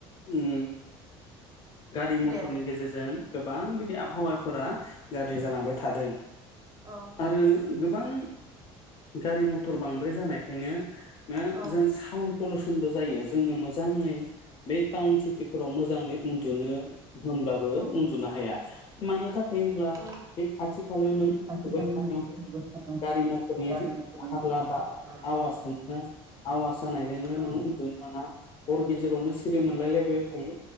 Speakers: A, on the left; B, on the right.
A: उम गारि मथरनि
B: दे
A: गेजेरजों गोबां बिदि आबहावाफोरा गाज्रि जालांबाय थादों।
B: औ
A: आरो गोबां गारि मथर बांद्राय जानाय खायनो नो
B: औ
A: जों साउन पलस बो जायो जोङो मोजाङै बे टाउन सिटिफोराव मोजाङै उन्दुनो। होमब्लाबो
B: औ
A: उन्दुनो हाया। मानो थाखा खाय होनब्ला
B: औ
A: बे खाथि खालायाव नों
B: बे खाथि
A: उन्दुबबाय
B: खालायावनो
A: थानायावनो
B: उन्दुबाय थानाय
A: गारि मथरनि
B: गारि
A: जुग
B: मथरनि
A: हाग्ला
B: हारला
A: बा आवाजजोंनो आवास जानायजोंनो
B: औ
A: नोंङो उन्दुनो मोना हर गेजेरावनो सिरि मोनलायलायबाय थायो